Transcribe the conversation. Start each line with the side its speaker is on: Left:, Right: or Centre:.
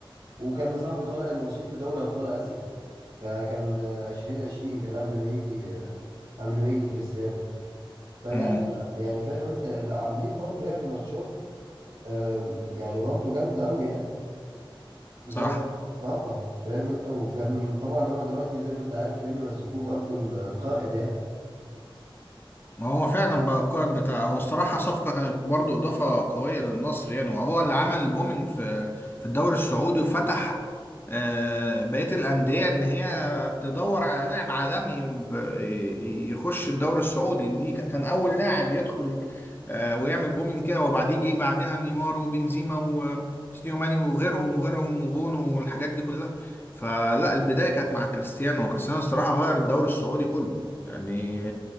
Right: وكان صاحبي طالع الوصيف في دوري أبطال آسيا فكان عشرين عشرين كان قبل ما يجي آه، قبل ما يجي كريستيانو فيعني
Left: امم
Right: لا يعني فاهم انت عاملين برضو يعني ماتشات آه، يعني برضو جامدة أوي يعني زي
Left: صح
Right: ما اه فاهم انت وكان طبعا هما دلوقتي زي ما انت عارف فاهمني مسكوه برضو ال- القائد يعني
Left: ما هو فعلا بقى القائد بتاع هو الصراحة صفقة كانت برضو إضافة قوية للنصر يعني وهو اللي عمل البومينج في في الدوري السعودي وفتح آه، بقية الأندية إن هي تدور على لاعب عالمي ب- يخش الدوري السعودي دي ك- كان أول لاعب يدخل آه، ويعمل بومينج كده وبعديه جه بعدها نيمار وبنزيما وسيديو ماني وغيرهم وغيرهم وبونو والحاجات دي كلها فلا البداية كانت مع كريستيانو وكريستيانو الصراحة غير الدوري السعودي كله يعني